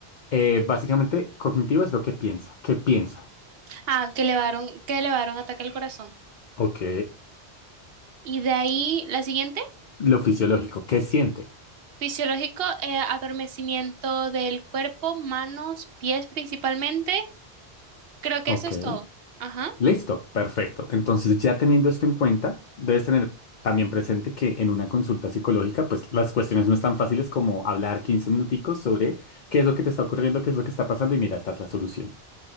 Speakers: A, on the left; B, on the right.
A: Eh, básicamente, cognitivo es lo que piensa. ¿Qué piensa?
B: Ah, que elevaron, que elevaron ataque al corazón.
A: Ok.
B: Y de ahí la siguiente.
A: Lo fisiológico, ¿qué siente?
B: Fisiológico, eh, adormecimiento del cuerpo, manos, pies principalmente. Creo que
A: Ok.
B: eso es todo. Ajá.
A: Listo, perfecto. Entonces, ya teniendo esto en cuenta, debes tener también presente que en una consulta psicológica, pues las cuestiones no están fáciles como hablar 15 minuticos sobre qué es lo que te está ocurriendo, qué es lo que está pasando y mira, esta es la solución.